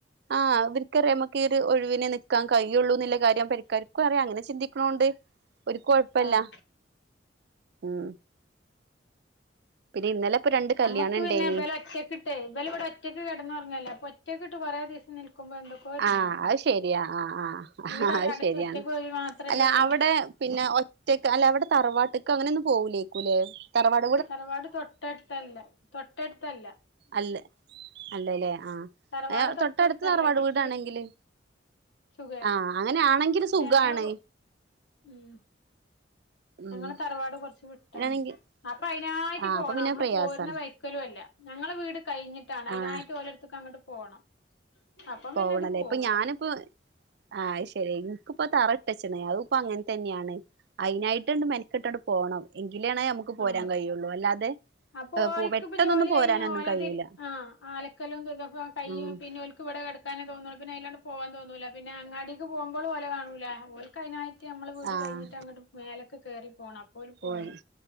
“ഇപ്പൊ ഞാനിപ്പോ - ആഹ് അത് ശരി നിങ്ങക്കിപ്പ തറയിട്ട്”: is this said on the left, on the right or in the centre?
Right